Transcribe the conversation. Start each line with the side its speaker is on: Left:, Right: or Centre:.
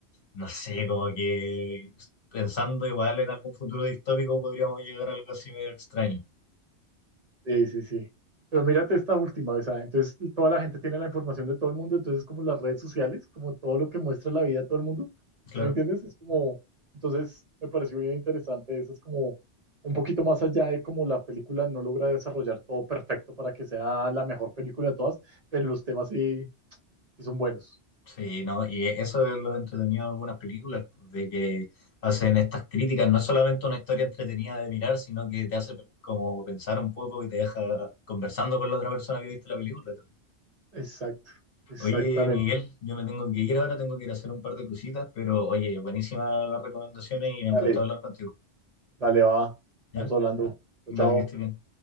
Left: no sé, como que pensando igual en algún futuro distópico podríamos llegar a algo así medio extraño.
Right: Sí, sí, sí. Pero mírate esta última, o sea, entonces toda la gente tiene la información de todo el mundo, entonces como las redes sociales, como todo lo que muestra la vida de todo el mundo,
Left: Claro.
Right: ¿sí me entiendes? Es como, entonces me pareció bien interesante, eso es como un poquito más allá de como la película no logra desarrollar todo perfecto para que sea la mejor película de todas, pero los temas sí, sí son buenos.
Left: Sí, ¿no? Y e, eso es lo entretenido de algunas películas, pues, de que hacen estas críticas. No es solamente una historia entretenida de mirar, sino que te hace como pensar un poco y te deja conversando con la otra persona que viste la película también.
Right: Exacto, exactamente.
Left: Oye, Miguel, yo me tengo que ir ahora, tengo que ir a hacer un par de cositas, pero oye, buenísimas las recomendaciones y me encantó
Right: Dale,
Left: hablar contigo.
Right: dale, va,
Left: ¿Ya?
Right: vamos hablando. Chao,
Left: Dale,
Right: chao.
Left: que estés bien.